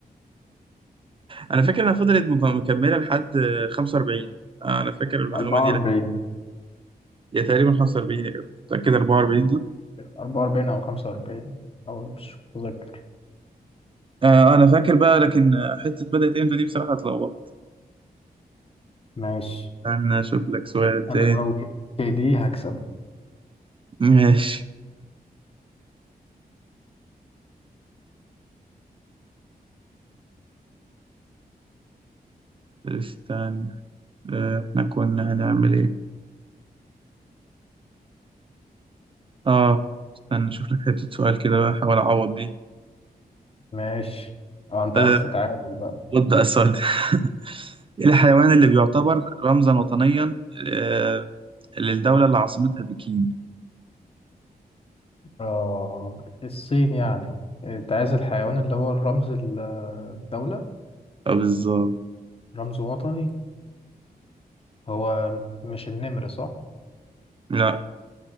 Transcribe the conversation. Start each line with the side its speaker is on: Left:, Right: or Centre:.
Right: انا فاكر انها فضلت مط- مكمله لحد آه، 45 آه، انا فاكر المعلومه
Left: 44
Right: دي لك يا تقريبا 45 يا جماعة. متاكد 44 دي
Left: 44 او 45 او مش متذكر
Right: آه، انا فاكر بقى لكن آه، حته بدات امتى دي بصراحه اتلخبطت
Left: ماشي
Right: انا اشوف لك سؤال تاني
Left: انا لو جبت دي هكسب
Right: ماشي استنى آه، احنا كنا هنعمل ايه اه استنى اشوف لك حتة سؤال كده بقى احاول اعوض دي
Left: ماشي اه انت
Right: أه
Left: عايز تتعادل بقى
Right: رد بقى السؤال ده <laughs> ايه الحيوان اللي بيعتبر رمزا وطنيا آه، للدولة اللي عاصمتها بكين
Left: اه الصين يعني انت عايز الحيوان
Right: اه
Left: اللي هو الرمز ال- الدولة
Right: آه، بالظبط
Left: رمز وطني هو مش النمر صح
Right: لا